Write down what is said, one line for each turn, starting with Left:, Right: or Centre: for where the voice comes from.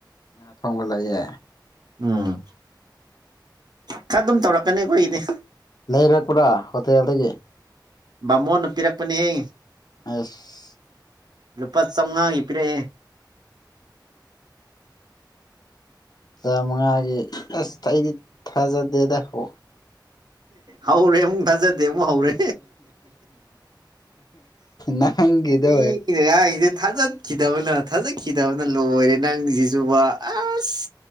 Left: ꯑ ꯊꯣꯡꯕ ꯂꯩꯌꯦ
Right: ꯎꯝ ꯈꯔ ꯑꯗꯨꯝ ꯇꯧꯔꯛꯀꯅꯤ ꯑꯩꯈꯣꯏꯒꯤꯅꯦ
Left: ꯂꯩꯔꯦ ꯀꯔ ꯍꯣꯇꯦꯜꯦꯜꯗꯒꯤ
Right: ꯕꯥꯃꯣꯟꯅ ꯄꯤꯔꯛꯄꯅꯦꯍꯌꯦ
Left: ꯑꯁ
Right: ꯂꯨꯄꯥ ꯆꯝꯉꯥꯡꯒꯤ ꯄꯔꯦ
Left: ꯆꯥꯃꯉꯥꯒꯤ ꯑꯁ ꯑꯩꯗꯤ ꯊꯥꯖꯗꯦꯗ ꯍ
Right: ꯍꯧꯔꯦꯝ ꯊꯥꯖꯗꯦ ꯑꯃꯨꯛ ꯍꯧꯔꯦ
Left: ꯅꯪꯒꯤꯗꯣ
Right: ꯏꯅꯉꯥꯏ ꯁꯦ ꯊꯥꯖꯠꯈꯤꯗꯕꯅ ꯊꯥꯖꯠꯈꯤꯗꯕꯅ ꯂꯣꯏꯔꯦ ꯅꯪꯁꯤꯁꯨꯕ ꯑꯁ